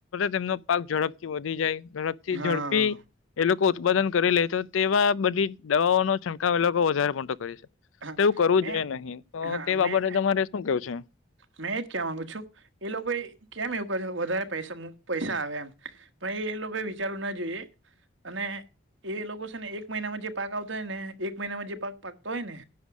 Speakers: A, on the left; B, on the right.
A: તેમનો પાક ઝડપથી વધી જાય. ઝડપથી
B: હા
A: ઝડપી એ લોકો ઉત્પાદન કરી લે. તો તેવા બધી દવાઓ નો છટકાવ લોકો વધારે પણતો કરી છે.
B: હા
A: તો એવું કરવું
B: મેં
A: જોઈએ નહી. તો
B: હા
A: તે બાબતે
B: મેં
A: તમારે શું કેવું છે?
B: મેં એજ કેવા માંગુ છુ. એ લોકો એ કેમ એવું કર વધારે પૈસા પૈસા આવે એમ- પણ એ એ લોકો વિચારવું ના જોઈએ અને એ લોકો છે ને એક મહિનામાં જે પાક આવતા હોય ને, એક મહિનામાં જે પાક પાકતો હોય ને,